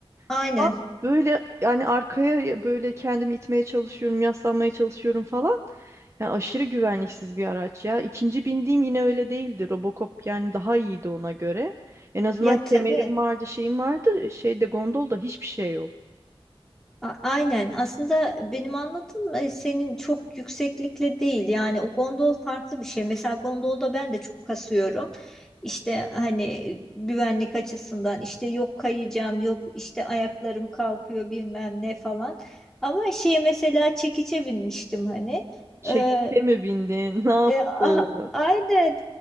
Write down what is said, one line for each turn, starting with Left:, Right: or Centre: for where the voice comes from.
Centre: Aynen.
Right: Falan. Böyle yani arkaya böyle kendimi itmeye çalışıyorum, yaslanmaya çalışıyorum falan. Yani aşırı güvenliksiz bir araç ya. İkinci bindiğim yine öyle değildi. Robocop yani daha iyiydi ona göre. En azından
Centre: Ya tabii.
Right: kemerim vardı, şeyim vardı. Şeyde gondolda hiçbir şey yok.
Centre: A- Aynen. Aslında benim anlattığım e, senin çok yükseklikle değil. Yani o gondol farklı bir şey. Mesela gondolda ben de çok kasıyorum. İşte hani e, güvenlik açısından işte yok kayacağım, yok işte ayaklarım kalkıyor bilmem ne falan. Ama şey mesela çekiçe binmiştim hani.
Right: Çekte
Centre: Ee,
Right: mi bindin? <laughs> Ne yaptın?
Centre: e, a- aynen.